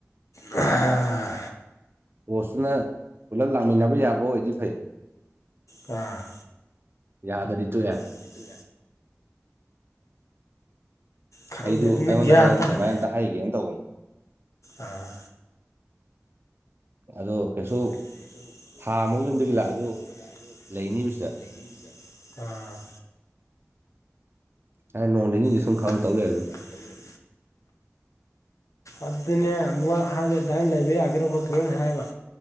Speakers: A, on the left; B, on the right.
A: ꯑ
B: ꯄꯣꯁꯇꯨꯅ ꯄꯨꯂꯞ ꯂꯥꯛꯃꯤꯟꯅꯕ ꯌꯥꯕ ꯑꯣꯏꯗꯤ ꯐꯩ
A: ꯑꯥ
B: ꯌꯥꯗꯔꯤꯠꯇꯨ ꯌꯥ
A: ꯔꯤ ꯇꯦ ꯈꯪꯗꯦ
B: ꯑꯩꯁꯨ
A: ꯑꯗꯨꯅ
B: ꯑꯩꯉꯣꯟꯗ
A: ꯒ꯭ꯌꯥꯟ
B: ꯍꯥꯏ ꯑꯗꯨꯗꯤꯃꯥꯏ
A: ꯇꯥꯗꯦ
B: ꯇ ꯍꯥꯏꯩꯒꯦꯅ ꯇꯧꯕꯅꯤ
A: ꯑꯥ
B: ꯑꯗꯣ ꯀꯩꯁꯨ
A: ꯑꯗ ꯀꯩꯁꯨ
B: ꯊꯥ ꯑꯃꯨꯛ ꯌꯨꯝꯗꯒꯤ
A: ꯊꯥ
B: ꯂꯥꯛꯑꯁꯨ
A: ꯑꯃ ꯌꯨꯝꯗꯤ ꯂꯥꯛꯑꯁꯨ
B: ꯂꯩꯅꯤꯕ ꯁꯤꯗ
A: ꯂꯩꯕꯤꯁꯤꯗ ꯑ
B: ꯍꯥꯏ ꯅꯣꯡ ꯅꯤꯅꯤꯗꯤ
A: ꯑꯦ
B: ꯁꯨꯝ ꯈꯪ
A: ꯂ ꯆ
B: ꯇꯧ ꯂꯩꯔꯦ ꯑꯗꯨꯗ
A: ꯍꯥꯏ ꯑꯗꯨꯅꯦ ꯑꯗꯨ ꯍꯥꯏꯗꯤ ꯑꯗꯨꯃꯥꯏꯅ ꯂꯩꯕ ꯌꯥꯒꯦꯔꯥ ꯈꯣꯠꯀꯦꯔꯦꯅ ꯍꯥꯏꯕ